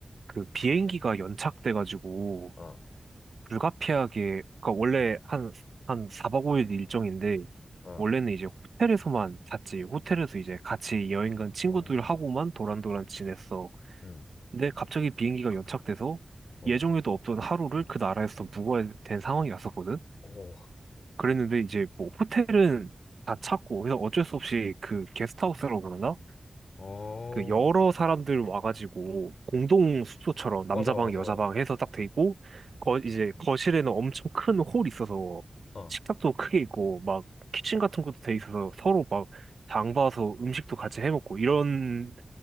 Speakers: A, on the right; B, on the left.
A: 그 비행기가 연착돼가지고
B: 아,
A: 불가피하게, 그니까 원래
B: 응,
A: 한, 한 4박 5일 일정인데
B: 아,
A: 원래는 이제 호텔에서만 잤지. 호텔에서 이제 같이 여행 간 친구들하고만
B: 어,
A: 도란도란 지냈어.
B: 응,
A: 근데 갑자기 비행기가 연착돼서
B: 어,
A: 예정에도 없던 하루를 그 나라에서 묵어야 된 상황이 왔었거든.
B: 어,
A: 그랬는데 이제 뭐 호텔은 다 찾고 그래서 어쩔 수 없이 그 게스트하우스라고 그러나?
B: 응, 어,
A: 그 여러 사람들 와가지고 공동 숙소처럼 남자
B: 맞아,
A: 방
B: 맞아,
A: 여자 방 해서 딱 돼 있고 거 이제 거실에는 엄청 큰 홀이 있어서
B: 아,
A: 식탁도 크게 있고 막 키친 같은 것도 돼 있어서 서로 막 장 봐서 음식도 같이 해 먹고 이런